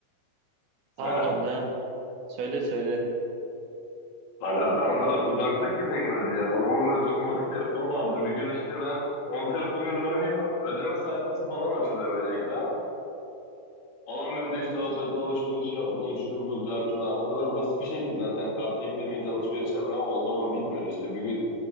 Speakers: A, on the right; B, on the left.
A: Pardon
B: he.
A: da. Söyle söyle.
B: Ben hatta o kadar uzaktık ki teknolojiye. Halamın öyle dokunmatik telefonu vardı. Bir gün işte ben onun telefonuyla oynuyorum. Ödeme sayfası falan açılıyor böyle ekran. Adam diyordu işte "Al sakın alışveriş yapmayın şu bu cartıdan. O kadar basit bir şey ki zaten kartı eklemeyince alışveriş yapmıyor ama o zaman bilmiyorum işte. Bir gün